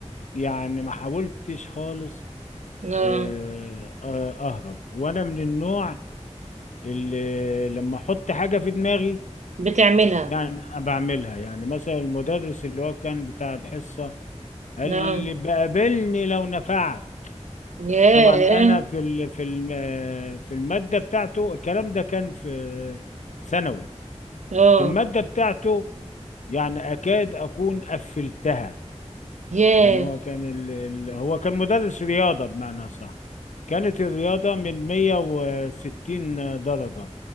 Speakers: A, on the left; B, on the right.
A: يعني ما حاولتش خالص
B: اه
A: آه، آه، أهرب وأنا من النوع اللي لما أحط حاجة في دماغي
B: بتعملها
A: يعني أنا بعملها يعني مثلا المدرس اللي هو كان بتاع الحصة قال
B: اه
A: لي بقابلني لو نفعت
B: ياه
A: طبعا أنا في ال- في الم- آه، في المادة بتاعته الكلام ده كان في ثانوي
B: اه
A: في المادة بتاعته يعني اكاد اكون قفلتها
B: ياه
A: يعني هو كان ال... ال... هو كان مدرس رياضه بمعنى صح كانت الرياضه من 160 درجه